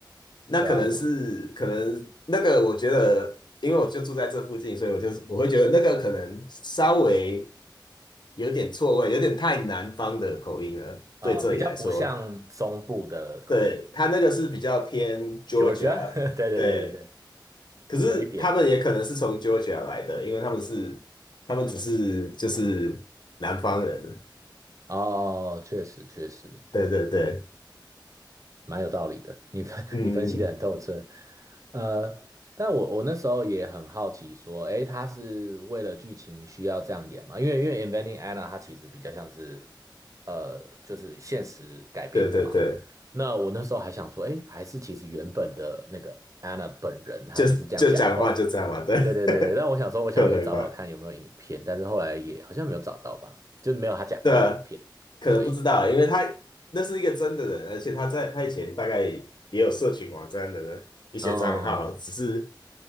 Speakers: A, on the left (about 65°); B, on the right (about 45°).
A: 那可能是可能那个我觉得，
B: 对啊，我
A: 因为我就住在这附近，所以我就是我会觉得那个可能稍微有点错位，有点太南方的口音了，
B: 啊、
A: 对这里来说，
B: 呃比较不像中部的口音嘛
A: 对他那个是比较偏 Georgia，
B: ，Georgia，<laughs> 对对对对对，
A: 对。可是他们也可能是从
B: 有一点有一点
A: Georgia 来的，因为他们是他们只是就是南方人，
B: 哦，确实确实，
A: 对对对，
B: 蛮有道理的，你分 <laughs>
A: 嗯，
B: 你分析的很透彻。呃，但我我那时候也很好奇，说，诶，他是为了剧情需要这样演吗？因为因为《Inventing Anna》它其实比较像是，呃，就是现实改编的嘛。
A: 对对对，
B: 那我那时候还想说，诶，还是其实原本的那个 Anna 本人，她就是这样讲话。
A: 就就讲话就这样嘛，对，
B: 对对对对，但我想说，
A: <laughs>
B: 我想要去找找看有没有影片，
A: 可能吧，
B: 但是后来也好像没有找到吧，就是没有她讲话的影片，
A: 对啊可能不知道，
B: 所以，
A: 因为他那是一个真的人，而且他在他以前大概也有社群网站的一些账号，
B: 哦。
A: 只是